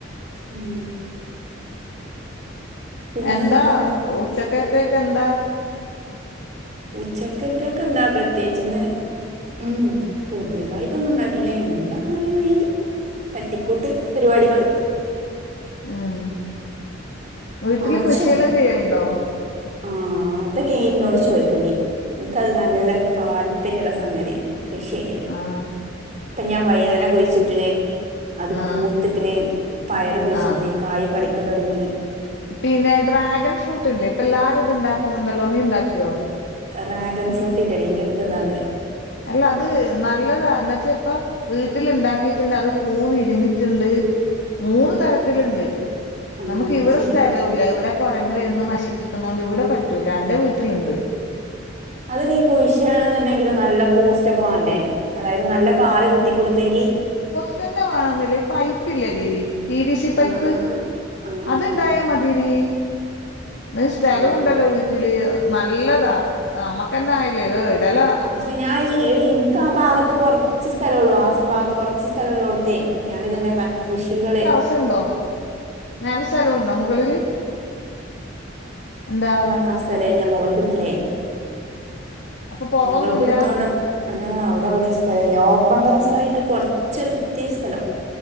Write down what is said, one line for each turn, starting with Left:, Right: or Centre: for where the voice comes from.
Right: ഉം പിന്നെന്തൊക്കെയാ
Left: എന്താ ഉച്ചക്കേത്തേക്കെന്താ?
Right: ഉച്ചക്കത്തേക്കെന്താ പ്രത്യേകിചിന്ന് ഉം പുതിയതായിട്ടൊന്നും ഉണ്ടാക്കില്ല എന്നു ണ്ടാക്കണ അതേ മാരി തട്ടിക്കൂട്ട് പരിപാടികള്
Left: ആഹ് വീട്ടില്
Right: ആച്ചോ
Left: കൃഷിയെല്ലം ചെയ്യലുണ്ടോ?
Right: ആ അതൊക്കെ ഇ ന്നോട് ചോയ്ക്കണ്ടി ഇക്കത് നല്ല
Left: ആ
Right: താല്പര്യള്ള സംഗതിയ കൃഷി ചെയൽ
Left: ആഹ്
Right: ഇപ്പൊ ഞാൻ വയ്തന കുയിച്ചട്ടിണ്‌ അത്
Left: ആ
Right: പൂത്ത്ക്ക്ണ്‌ പയറ് കുയിച്ചിട്ട്ണ്‌
Left: ആ
Right: കായ് പറിക്കാ തുടങ്ങി
Left: പിന്നെ ഡ്രാഗൻ ഫ്രൂട്ട് ഇല്ലേ ഇപ്പൊ എല്ലാരും ഇത് ഇണ്ടാക്കുന്നുണ്ടല്ലോ നീ ഇണ്ടാക്കിയോ?
Right: റാഗൻ ഫ്രൂട്ട് ഇല്ലെടി ഇന്റെ ടുത്ത് ഇതാള്ളെ
Left: അല്ല അത് നല്ലതാ ന്ന് വെച്ചേ ഇപ്പൊ വീട്ടില് ഇണ്ടാക്കിട്ട്ണ്ട് അത് പൂ വിരിഞ്ഞിട്ട്ണ്ട് മൂന്ന് തരത്തില്ണ്ട്
Right: ആ
Left: നമുക്ക്
Right: അത്
Left: ഇവിടെ
Right: ശരിയാ
Left: സ്ഥലൂ ല്ല ഇവിടെ കൊരങ്ങ് വരുന്ന്
Right: ഉം
Left: നശി പ്പിക്ക്ന്നോണ്ട് ഇവിടെ പറ്റൂല അന്റെ വീട്ടിലിണ്ട്
Right: അത് നീ കുയിഷിടണന്നുണ്ടെങ്കില് നല്ല പോസ്റ്റ് ഒക്കെ വാണ്ടേ അതായത് നല്ല കാല് കുത്തി കൊടുത്തെങ്കി
Left: ഇതെന്നെ വേണോന്നില്ല ഈ പൈപ്പ് ഇല്ലെടി പി വി സി പൈപ്പ്
Right: ആ ആ ആ
Left: അത്ണ്ടായമതിടീ
Right: ആ
Left: ഇത് സ്ഥലം
Right: ആ
Left: ഉണ്ടല്ലോ വീട്ടില് നല്ലതാ നമ്മുക്ക്ന്നെ ആയില്ലേ ഏ ഇടലാ
Right: പക്ഷെ ഞാൻ ഈ എടീ ഇൻകാ ഭാഗത്ത് കൊറച്ച് സ്ഥലള്ളൂ ആ ഭാഗത്ത് കുറച്ച് സ്ഥലള്ളോട്ത്തെ ഞാന് തന്നെ പ കൃഷികള്
Left: ച്ച് ണ്ടോ നല്ല സ്ഥലം ഉണ്ടോ മുകളില് എന്താ
Right: ക്കാ സ്ഥലല്ല്യ മുകൾക്ക് എടുത്തില്ലേ
Left: അപ്പൊ പൊറൊന്നുല്ല
Right: മുകൾക്ക് എടുത്തോണ്ട് ആ അവിടെഎവിടെ സ്ഥലല്ല ഓപ്പൺ ടെറസ്സായിട്ട് കൊറച്ചോരുത്തിരി സ്ഥലം